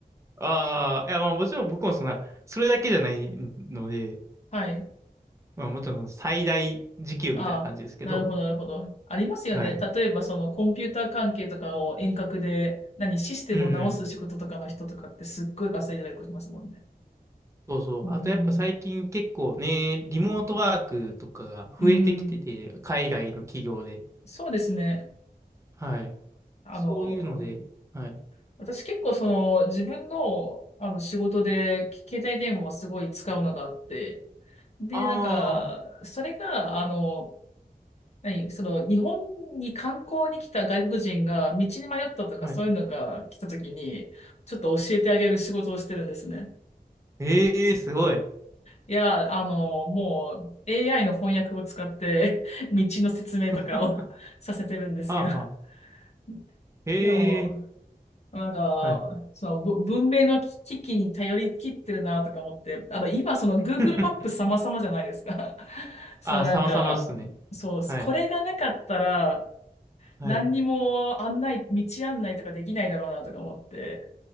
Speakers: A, on the right (about 20°); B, on the left (about 45°).
A: ああ、いやまあもちろん僕もそんな、それだけじゃないので、
B: はい。
A: まあもちろん最大時給みたいな感じですけど、
B: ああ、なるほど、なるほど。ありますよね。
A: はい。
B: 例えば、そのコンピューター関係とかを遠隔で、何、システムを直す仕事とかの人とかってすっごい稼いでたりしますもんね。
A: うんうん。そうそう。
B: うん。
A: あとやっぱ最近結構ね、リモートワークとかが増えてきてて、
B: うん。
A: 海外の企業で。
B: そうですね。
A: はい。
B: あの、
A: そういうので、はい。
B: 私結構その自分の、あの仕事で携帯電話をすごい使うのがあって、で、
A: あ
B: なんか、それが、あの、はい、その、日本に観光に来た外国人が道に迷ったとかそういうのが来た時に、
A: あ、はい。
B: ちょっと教えてあげる仕事をしてるんですね。
A: ええー、すごい。<laughs>
B: いや、あの、もう AI の翻訳を使って <laughs> 道の説明とかを
A: は
B: <laughs> させてるんですけど。
A: あ、はあ。
B: <laughs>
A: ええ
B: でも、なんか、
A: ー、はい。
B: そのぶ文明の機器に頼り切ってるなとか思って、あの、今その Google
A: <laughs>
B: マップ様々じゃないですか。<laughs> そうなんか、
A: ああ、様々っすね。
B: そう、
A: はい。
B: これがなかったら、
A: はい。
B: 何にも案内、
A: う
B: 道案内とかできないだろうなとか思って、